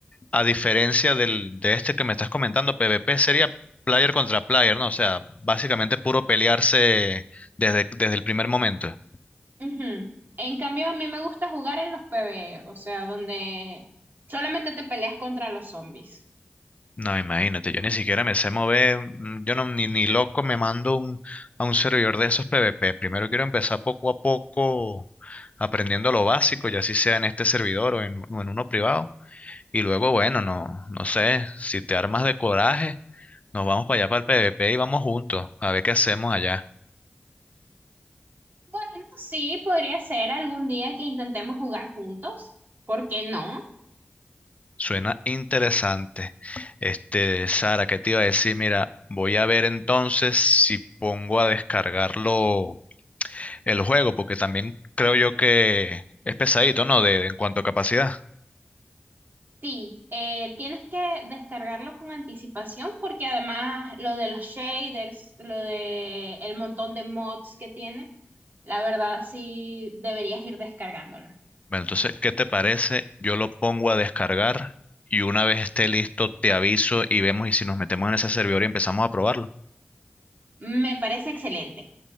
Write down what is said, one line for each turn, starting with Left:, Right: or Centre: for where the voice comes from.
Left: A diferencia del, de este que me estás comentando, PvP sería player contra player, ¿no? O sea, básicamente puro pelearse desde, desde el primer momento.
Right: Ujú. En cambio, a mí me gusta jugar en los PvE, o sea, donde solamente te peleas contra los zombies.
Left: No, imagínate, yo ni siquiera me sé mover, mm, yo no, ni, ni loco me mando un- a un servidor de esos PvP. Primero quiero empezar poco a poco aprendiendo lo básico, ya si sea en este servidor o en, o en uno privado. Y luego, bueno, no, no sé, si te armas de coraje, nos vamos para allá para el PvP y vamos juntos a ver qué hacemos allá.
Right: Bueno, sí, podría ser algún día que intentemos jugar juntos. ¿Por qué no?
Left: Suena interesante. Este, Sara, ¿qué te iba a decir? Mira, voy a ver entonces si pongo a descargarlo el juego, porque también creo yo que es pesadito, ¿no? De, en cuanto a capacidad.
Right: Sí, eh, tienes que descargarlo con anticipación porque además lo de los shaders, lo de el montón de mods que tiene, la verdad sí deberías ir descargándolo.
Left: Bueno, entonces, ¿qué te parece? Yo lo pongo a descargar y una vez esté listo, te aviso y vemos y si nos metemos en ese servidor y empezamos a probarlo.
Right: Me parece excelente.